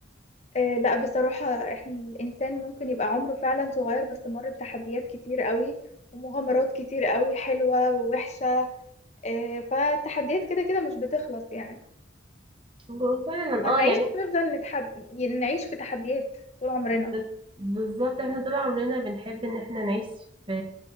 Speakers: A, on the left (about 35°); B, on the right (about 25°).
A: آه لا بصراحه احنا الانسان ممكن يبقى عمره فعلا صغير بس مر بتحديات كتير قوي ومغامرات كتير قوي حلوه ووحشه آه فالتحديات كده كده مش بتخلص يعني
B: بعملها. فعلا
A: هنعيش
B: اه يعني
A: نفضل نتحد... نعيش في تحديات طول عمرنا
B: بس- بالظبط احنا طول عمرنا بنحب ان احنا نعيش في